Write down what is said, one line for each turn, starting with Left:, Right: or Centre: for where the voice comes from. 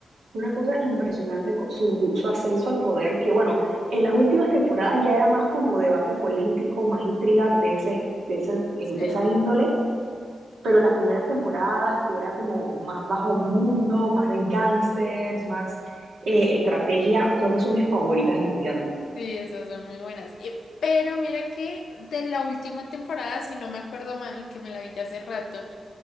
Right: Una cosa impresionante co- su, su ascenso al poder, que bueno, en las últimas temporadas ya era más como debate político, más intriga de ese, de ese, eh,
Left: Sí,
Right: de esa índole, pero las primeras temporadas que era como más bajo mundo, más de gángsters, más eh, estrategia, creo que son mis favoritas definitivamente.
Left: sí, esas son muy buenas. Y- pero mira que de la última temporada, si no me acuerdo mal, que me la vi ya hace rato,